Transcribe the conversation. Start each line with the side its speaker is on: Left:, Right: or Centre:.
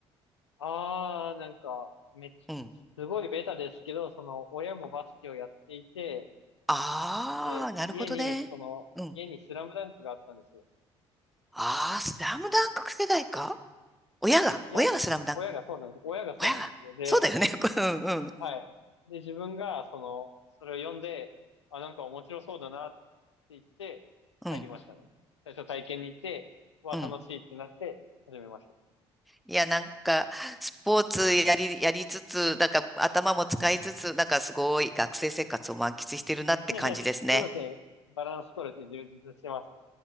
Left: あー、なんか、めっちゃ、
Centre: うん。
Left: すごいベタですけど、その、親もバスケをやっていて、
Centre: ああ、
Left: で、
Centre: なるほどね。
Left: 家に、その、
Centre: うん。
Left: 家にスラムダンクがあったんですよ。
Centre: ああ、スラムダンク世代か親が、
Left: いや、
Centre: 親がスラムダンク。
Left: 親がそうなんです。親がそうなんですよ。
Centre: 親が。
Left: で、
Centre: そうだよね。<laughs> うん、うん、
Left: はい。で、自分が、その、それを読んで、あ、なんか面白そうだなって言って、
Centre: うん、
Left: 入りましたね。最初体験に行って、わ、
Centre: うん。
Left: 楽しいってなって、始めました。
Centre: いや、なんか、スポーツやり、やりつつ、なんか頭も使いつつ、なんかすごい学生生活を満喫してるなって感じですね。
Left: <laughs> そうですね。バランス取れて充実してますね